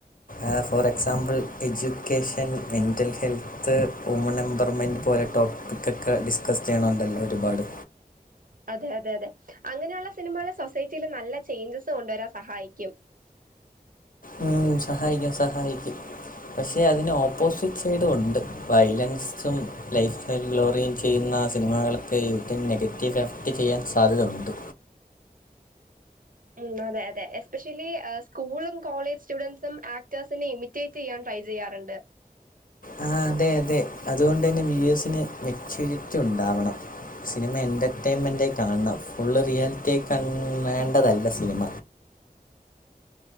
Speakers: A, on the left; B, on the right.
A: ഏഹ് for example education mental health woman empowerment പോലെ ടോപ്പിക്കൊക്കെ ഡിസ്കസ് ചെയ്യ്ണുണ്ടല്ലോ ഒരുപാട്.
B: അതെ അതെ അതെ. അങ്ങനെയുള്ള സിനിമകൾ സൊസൈറ്റിയിൽ നല്ല ചേഞ്ചസ് കൊണ്ടുവരാൻ സഹായിക്കും.
A: ഉം സഹായിക്കും സഹായിക്കും. പക്ഷേ അതിന് ഓപ്പോസിറ്റ് സൈഡും ഉണ്ട്. വൈലൻസ് സും ലൈഫ് സ്റ്റൈൽ ഗ്ലോറിയൻ ചെയ്യുന്ന സിനിമകൾക്ക് യുറ്റന് നെഗറ്റീവ് എഫക്റ്റ് ചെയ്യാൻ സാധ്യത ഉണ്ട്.
B: ഉം അതെ അതെ. എസ്പെഷ്യലി സ്കൂളും കോളേജ് സ്റ്റുഡന്റ്സും ആക്ടേഴ്സിനെ ഇമി റ്റേറ്റ് ചെയ്യാൻ ട്രൈ ചെയ്യാറ്ണ്ട്.
A: ആഹ് അതെ അതെ. അതുകൊണ്ടന്നെ വ്യുവേസിന് മെച്യൂരിറ്റി ഉണ്ടാവണം. സിനിമ എൻ്റർടൈയിൻമെന്റായി കാണണം ഫുള്ള് റിയാലിറ്റിയായി കൺ ണേണ്ടതല്ല സിനിമ.